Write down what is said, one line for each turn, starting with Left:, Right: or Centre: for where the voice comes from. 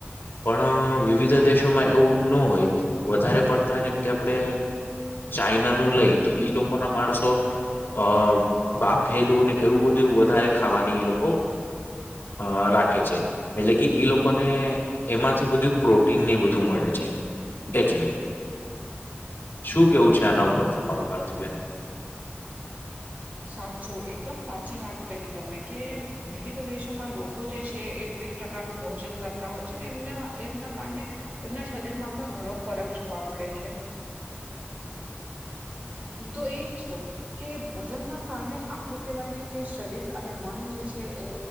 Left: પણ વિવિધ દેશોમાં એવું ન હોય. વધારે પડતા કેમ કે આપડણે. ચાઈના નું લઈ. તો ઈ લોકો ના માણસો. અ બાફેલું ને એવું બધું વધારે. ખાવાની ઈ લોકો અ રાખે છે. એટલે કે ઈ લોકોને. એમાંથી બધું પ્રોટીન ને એ બધું મળે છે એટલે. શું કેવું છે આના ઉપર તમારું પાર્થીબેન?
Right: સાચું એકદમ સાચી વાત કહી તમે. કે વિવિધ દેશોમાં લોકો જે છે એ વિવ. પ્રકારનું ભોજન કરતા હોય છે, ને એમને એમના કારણે. એમના શરીર માં પણ ઘણો ફરક જોવા મળે છે. તો એ જ છો.. કે ભોજનના કારણે જ આપણું કહેવાય ને, કે શરીર અને મન જે છે એ.